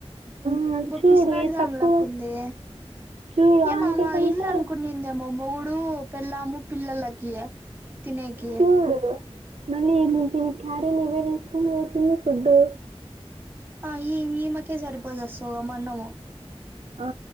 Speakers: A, on the right; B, on the right.
A: ఆ
B: బొ
A: చూడు
B: పిసినారి
A: ఏ
B: దానిలెక్క
A: తక్కువ
B: ఉందే.
A: చూడు
B: ఏం
A: ఆంటీ
B: ఆమె
A: కంటే
B: ఇల్లు అనుకుందేమో మొగుడు పెళ్ళాము పిల్లలకి తినేకి
A: చూడు మళ్ళీ ఈమె క్యారీలు ఇవే తీసుకొని పోతుంది ఫుడ్డు
B: ఆ ఈ ఈమకే సరిపోదు సగమన్నము
A: ఆ